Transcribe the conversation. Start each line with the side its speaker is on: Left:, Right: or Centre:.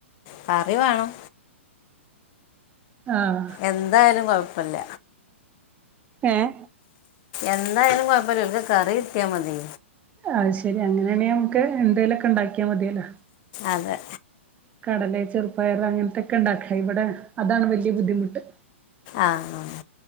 Left: കറി വേണം
Right: ആഹ്
Left: എന്തായാലും കൊഴപ്പല്ല
Right: ഏയ്
Left: എന്തായാലും കുഴപ്പല്ലൽക്ക് കറി കിട്ടിയാ മതി
Right: അയ് ശെരി അങ്ങനെയാണെിൽ നമുക്ക് എന്തേലുമൊക്കെ ഉണ്ടാക്കിയാ മതിയല്ലോ
Left: അതെ
Right: കടല ചെറുപ്പയർ അങ്ങനത്തൊക്കെ ഇണ്ടാക്കാ ഇവിടെ അതാണ് വല്ല്യ ബുദ്ധിമുട്ട്
Left: ആഹ് ആഹ്